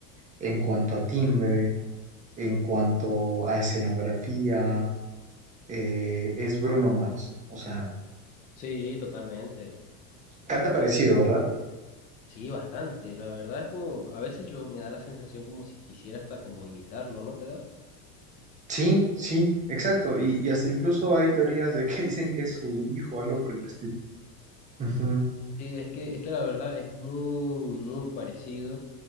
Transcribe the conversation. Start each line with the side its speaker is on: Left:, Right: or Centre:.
Right: en cuanto a timbre, en cuanto a escenografía, eh, es Bruno Mars. O sea,
Left: Sí, totalmente.
Right: canta parecido, ¿verdad?
Left: Sí, bastante. La verdad es como, a veces yo me da la sensación como si quisiera hasta como imitarlo, ¿no te da?
Right: Sí, sí, exacto. Y, y hasta incluso hay teorías de que <laughs> dicen que es su hijo, algo por el estilo. Ujú,
Left: Sí, es que, es que la verdad es muy, muy parecido.